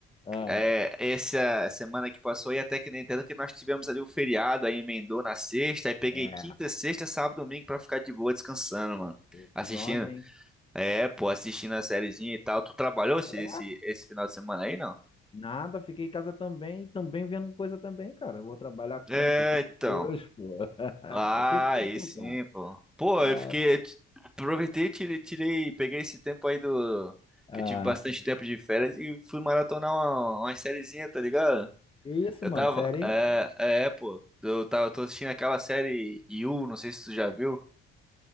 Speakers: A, on the left; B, in the centre.
A: Ah,
B: é, essa semana que passou aí, até que nem tanto que nós tivemos ali o feriado, aí emendou na sexta, aí peguei
A: É,
B: quinta, sexta, sábado, domingo pra ficar de boa descansando, mano.
A: pô, que
B: Assistindo,
A: onda, hein?
B: é, pô, assistindo a sériezinha e tal. Tu trabalhou esse,
A: É,
B: esse, esse final de semana aí, não?
A: nada. Fiquei em casa também, também vendo coisa também, cara. Eu vou trabalhar como?
B: É,
A: Sou filho
B: então.
A: de Deus, pô. <laughs>
B: Ah,
A: O que que tu
B: aí
A: viu,
B: sim,
A: cara?
B: pô. Pô,
A: Ai,
B: eu fiquei. t- Aproveitei, tirei, tirei, peguei esse tempo aí do. Que
A: ah,
B: eu tive bastante tempo de férias e fui maratonar uma, uma sériezinha, tá ligado?
A: que isso,
B: Eu
A: mano?
B: tava.
A: Sério, hein?
B: É, é, é, pô. Eu tava, eu tô assistindo aquela série You, não sei se tu já viu.